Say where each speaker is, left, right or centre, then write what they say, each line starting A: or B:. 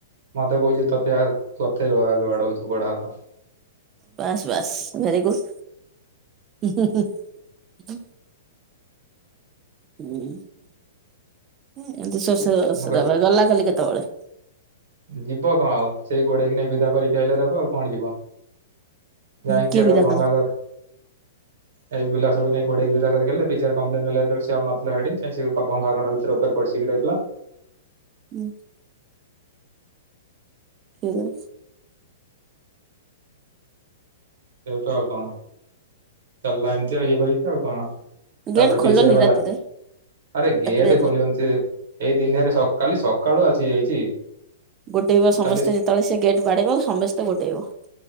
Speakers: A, on the right; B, on the right.
A: ମତେ କହୁଛି ତତେ ତୋତେ ଗଡ଼ଉଛୁ ଗୋଡ଼ ହାତ
B: ବାସ୍ ବାସ୍ ଭେରି ଗୁଡ଼୍। ହ ହୁଁ ହ <unintelligible> ହଁ ଏମତି ଶେଷଷରା
A: ମୁଁ କହିଲି
B: ଗଲା କାଲି କେତେବେଳେ?
A: ଯିବ କଣ ଆଉ ସେଇ ଗୋଡ଼େଇକି ନେଇ ବିଦା କରିକି ଆଇିଲେ ତାକୁ ଆଉ କଣ ଯିବ। ଯାଇଁକି
B: କିଏ
A: ସେଟା
B: ବିଦା
A: ଭଙ୍ଗା
B: କଲା?
A: ଘରେ ଏଇ ପିଲ ସବୁା ଯାଇକି ଗୋଡ଼େଇକି ବିଦା କରିକି ଆଇଲେ ବିଚାର କପ୍ଲେନ ନଥିଲା ସେ ଆଉ ନଥିଲା ଭଙ୍ଗା ଘର ଭିତରେ ତରେ ପର୍ସିକି ରହିଥିଲା।
B: ଉଁ ଠିକ୍ ଅଛି
A: ସେ ତୁ ଆଉ କଣ ଚାଲିଲା ଏମିତି ଆଉ ଇଏ କରିକି ଆଉ କଣ?
B: ଗେଟ୍
A: ତାପରେ
B: ଖୋଲନି
A: ପି ସି ଆର୍ ବାଲା
B: ରାତିରେ
A: ଆରେ ଗେଟ
B: ରାତିରେ
A: ଖୋଲିିବନି ଏଇ ଦିନିଆରେ ସ କାଲି ସକାଳୁ ଆସି ଯାଇଛି।
B: ଗୋଡେଇବ ସମସ୍ତେ
A: କାଲି
B: ଯେତେବେଳେ ସେ ଗେଟ୍ ବାଡ଼େଇିବ ସମସ୍ତେ ଗୋଡେଇବ।